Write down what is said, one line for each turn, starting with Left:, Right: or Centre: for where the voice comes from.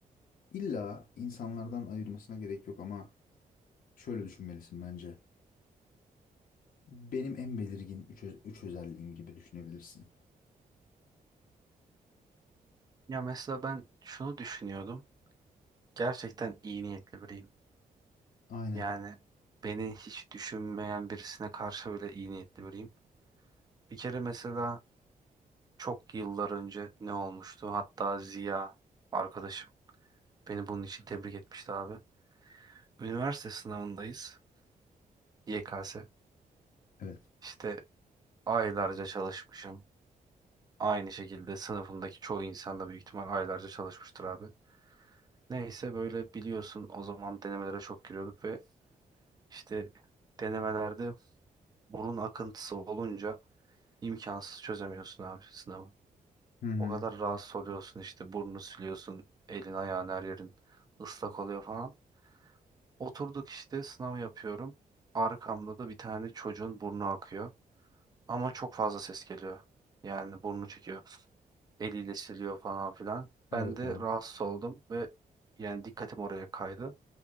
Left: İlla insanlardan ayırmasına gerek yok ama şöyle düşünmelisin bence. Benim en belirgin üç, ö- üç özelliğim gibi düşünebilirsin.
Right: Ya mesela ben şunu düşünüyordum. Gerçekten iyi niyetli biriyim.
Left: Aynen.
Right: Yani beni hiç düşünmeyen birisine karşı öyle iyi niyetli biriyim. Bir kere mesela çok yıllar önce ne olmuştu? Hatta Ziya arkadaşım beni bunun için tebrik etmişti abi. Üniversite sınavındayız. YKS.
Left: Evet.
Right: İşte Aylarca çalışmışım. Aynı şekilde sınıfımdaki çoğu insan da büyük ihtimal aylarca çalışmıştır abi. Neyse böyle biliyorsun o zaman denemelere çok giriyorduk ve işte denemelerde burun akıntısı olunca imkansız çözemiyorsun abi sınavı.
Left: Hı hı.
Right: O kadar rahatsız oluyorsun işte burnunu siliyorsun, elin ayağın her yerin ıslak oluyor falan. Oturduk işte sınav yapıyorum. Arkamda da bir tane çocuğun burnu akıyor ama çok fazla ses geliyor. Yani burnu çekiyor. eliyle siliyor falan filan.
Left: Evet
Right: Ben de
Left: abi.
Right: rahatsız oldum ve yani dikkatim oraya kaydı.